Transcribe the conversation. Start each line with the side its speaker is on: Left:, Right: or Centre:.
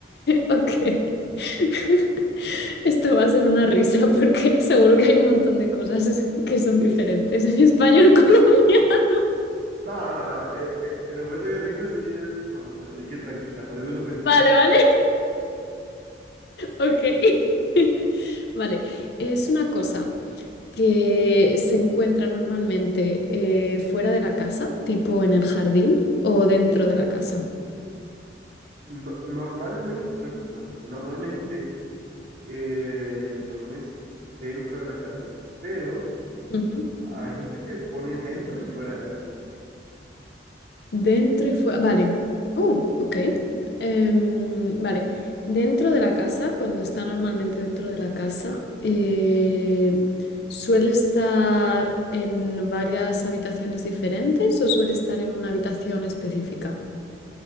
Left: ok. <laughs> Esto va a ser una risa porque seguro que hay un montón de cosas <laughs> que son
Right: Eh,
Left: diferentes en español colombiano.
Right: no, no, no, eh, eh, el objeto que tengo sí es común, así que tranquila, por eso lo pensé.
Left: <laughs> Vale, vale, ok. <laughs> Vale, es una cosa. que se encuentra normalmente eh, fuera de la casa, tipo en el jardín o dentro de la casa.
Right: No- normalmente, oye, perdón, normalmente eh, lo pones dentro de la casa, pero
Left: Ujú.
Right: hay gente que pone dentro y fuera de la casa.
Left: Dentro y fuera. Vale. Oh, ok. Em, vale. Dentro de la casa, cuando está normalmente dentro de la casa, eh, ¿suele estar en varias habitaciones diferentes o suele estar en una habitación específica?